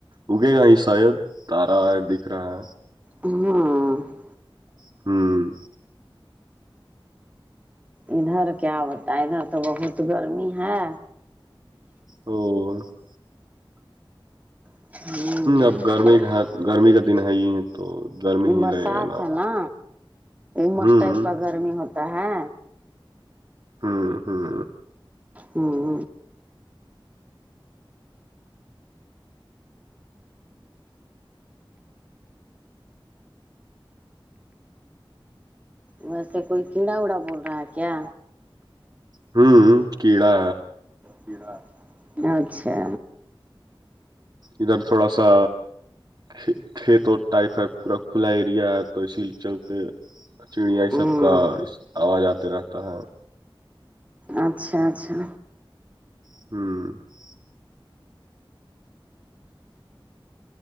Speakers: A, on the right; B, on the right.
A: اگے گا ہی شاید تارا ہے دکھ رہا ہے <unintelligible>
B: ہوں <unintelligible>
A: ہوں <unintelligible>
B: ادھر کیا بتا ہے ادھر تو بہت گرمی ہے
A: او <unintelligible>
B: ہوں
A: اب گرمی
B: <unintelligible>
A: کا ہے، گرمی کا دن ہے ہی تو گرمی ہی
B: برسات
A: لگے گا
B: ہے نا مس
A: ہوں
B: ٹائپ کا گرمی ہوتا ہے
A: ہوں ہوں
B: ہوں <unintelligible> ویسے کوئی کیڑا وڑا بول رہا ہے کیا
A: ہوں کیڑا
B: پیرار اچھا
A: ادھر تھوڑا سا ک کھیت اور ٹائیفائڈ پورا کھلا ایریا ہے تو اسی چلتے چڑیا یہ
B: ہوں
A: سب کا آواز آتے رہتا ہے
B: اچھا اچھا
A: ہوں